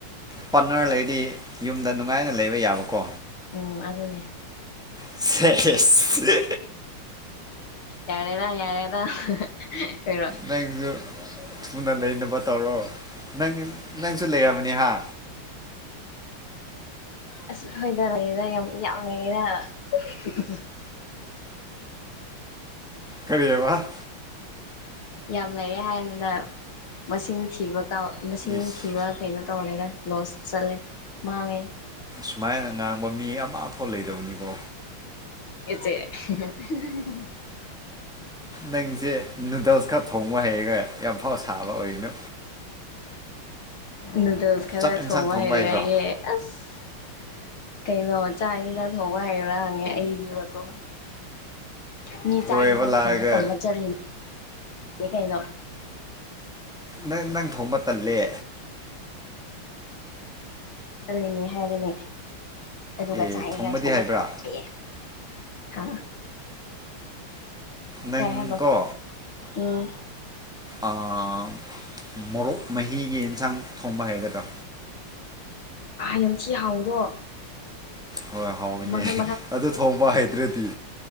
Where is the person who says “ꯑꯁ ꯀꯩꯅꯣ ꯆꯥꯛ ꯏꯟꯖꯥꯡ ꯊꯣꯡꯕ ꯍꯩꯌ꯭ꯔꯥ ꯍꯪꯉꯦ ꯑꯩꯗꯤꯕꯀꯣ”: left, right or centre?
Left